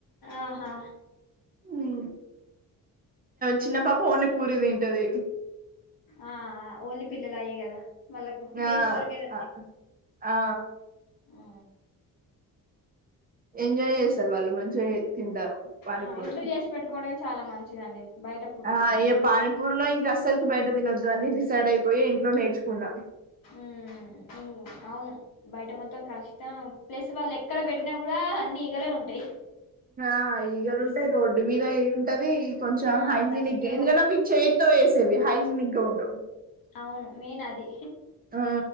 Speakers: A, on the left; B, on the right.
A: ఆహా
B: ఉమ్
A: మేము
B: చిన్న
A: కూడా
B: పాప ఓన్లీ పూరి తింటది
A: ఆ ఆ ఓన్లీ పిల్లలుయిే కదా వాళ్ళకు
B: ఆ
A: టేస్ట్ దొరికేది
B: ఆఆ
A: ఆ
B: ఎంజాయ్ చేస్తారు వాళ్ళు మంచిగా తింటారు పానీపూరి
A: ఆ ఇంట్లో చేసి పెట్టుకోవడానికి చాలా మంచిదండి బయట ఫుడ్
B: ఏ
A: కన్నా
B: ఇగ పనిపూర్ లో అస్సలకి బయట తినొద్దు అని డిసైడ్ అయిపోయయి ఇంట్లో నేర్చుకున్నా
A: ఉ ఉ అవును బయట మొత్తం కలిసితం ప్లస్ వాళ్ళు ఎక్కడ పెట్టినా కూడా అన్ని ఈగలే ఉంటాయి
B: ఆ ఈగ లు ఉంటాయి రోడ్డు మీద అయి ఉంటది కొంచెం
A: ఆ
B: హైజీనిక్
A: డస్ట్
B: ఎందుకంటే మీకు చే వేసేవి హైజినిక్ గా ఉండవు
A: అవును మెయిన్ అది
B: ఆ